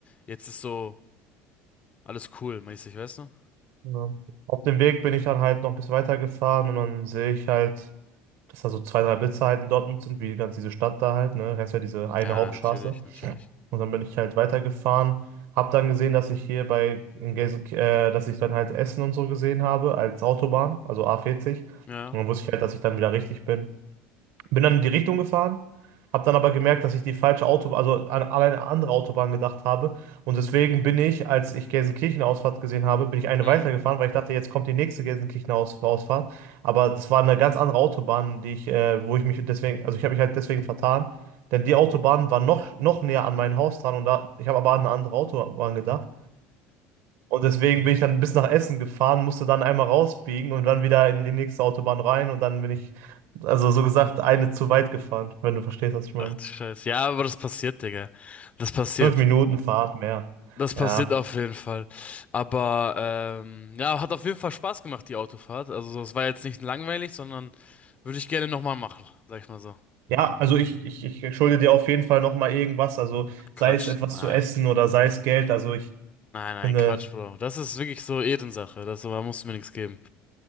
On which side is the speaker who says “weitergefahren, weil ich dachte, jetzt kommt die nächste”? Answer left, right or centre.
Right